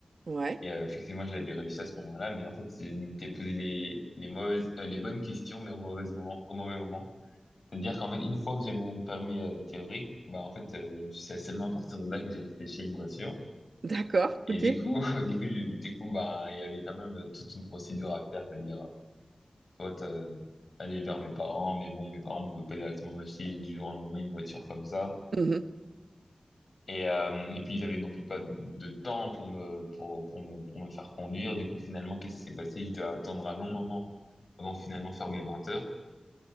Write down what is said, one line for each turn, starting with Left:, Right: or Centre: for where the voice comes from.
Right: Ouais,
Left: Et, euh, effectivement, je l'avais réussi à ce moment-là, mais en fait, je m'étais posé les, les mauvaises, euh, les bonnes questions, mais au mauvais moment, au mauvais moment. C'est-à-dire qu'en fait, une fois que j'avais mon permis, euh, théorique, bah, en fait, euh, c'est seulement à partir de là que j'ai réfléchi à une voiture.
Right: d'accord,
Left: Et
Right: ok.
Left: du coup, <laughs> du coup, du coup, bah, il y avait quand même euh, toute une procédure à faire, c'est-à-dire, soit euh, aller vers mes parents, mais bon, mes parents pouvaient pas directement m'acheter du jour au lendemain une voiture comme ça.
Right: Mhm.
Left: Et, euh, et puis ils avaient non plus pas de temps pour me pour, pour me pour me faire conduire. Du coup, finalement, qu'est-ce qui s'est passé? Je dois attendre un long moment avant de finalement faire mes 20 heures